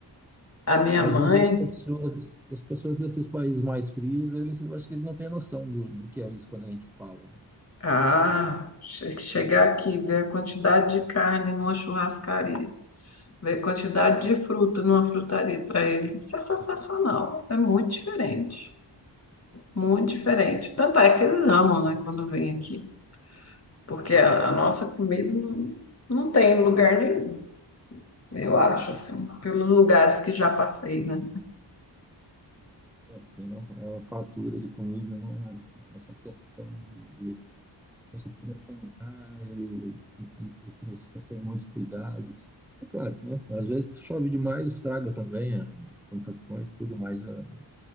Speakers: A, on the left; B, in the centre.
A: A minha
B: às
A: mãe,
B: vezes as pessoas, as pessoas desses países mais frios, eles eu acho que eles não têm noção do, do que é isso quando a gente fala, né?
A: ah, che- chegar aqui e ver a quantidade de carne numa churrascaria, ver quantidade de fruta numa frutaria para eles, isso é sensacional. É muito diferente, muito diferente. Tanto é que eles amam, né, quando vêm aqui, porque a, a nossa comida não, não tem lugar nenhum, eu acho, assim, pelos lugares que já passei, né?
B: É assim, né? É uma fartura de comida, né? Essa questão de, de você poder plantar e, e- e crescer sem muitos cuidados. É claro, né? Às vezes chove demais, estraga também eh, as plantações, tudo mais. eh,